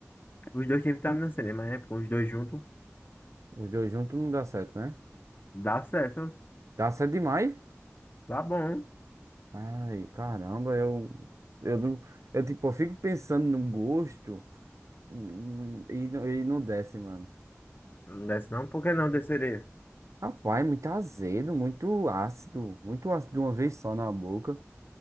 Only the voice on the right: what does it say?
Os dois juntos não dá certo, né?
Dá certo demais?
Ai, caramba, eu, eu não, eu tipo, eu fico pensando no gosto. Hum, E, no- e não desce, mano.
Rapaz, muito azedo, muito ácido, muito ácido de uma vez só na boca.